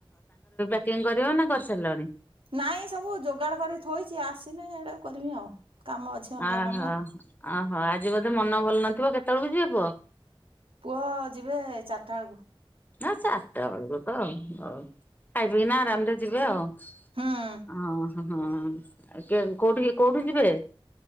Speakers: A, on the left (about 20°); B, on the right (about 80°).
A: ପକିଁଙ୍ଗ କରିବ ନା କରିସାରିଲଣି?
B: ନାଇଁ ସବୁ ଯୋଗାଡ଼ କରି ଥୋଇଛି ଆସିନି ଏଇଡେ କରିବି ଆଉ। କାମ ଅଛି ଅଲଗା
A: ଅହୋ
B: କାମ ଆଉ
A: ଅହୋ ଆଜି ବୋଧେ ମନ ଭଲ ନଥିବ କେତେବେଳକୁ ଯିବେ ପୁଅ?
B: ପୁଅ ଯିବେ ଚାରିଟା ବେଳକୁ।
A: ନା ଚାରିଟା ବେଳକୁ ତ ଆଉ ହୋଉ ଖାଇ ପିି କିନା ଆରାମରେ ଯିବେ ଆଉ। ଓ
B: ହୁଁ
A: ହ କୋଉଠି କୋଉଠି ଯିବେ?